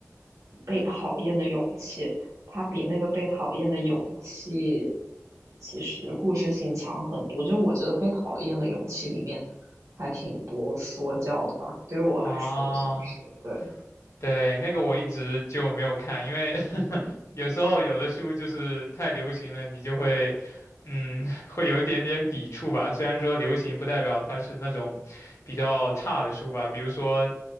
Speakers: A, on the right; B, on the left.
A: 《被讨厌的勇气》。它比那个《被讨厌的勇气》其实故事性强很多。就是我觉得《被讨厌的勇气》里面还挺多说教的吧，对于我来说算是对。
B: 啊，对，那个我一直就没有看，因为 <laughs> 有时候有的书就是太流行了，你就会，嗯，<laughs> 会有一点点抵触吧。虽然说流行不代表它是那种比较差的书吧，比如说，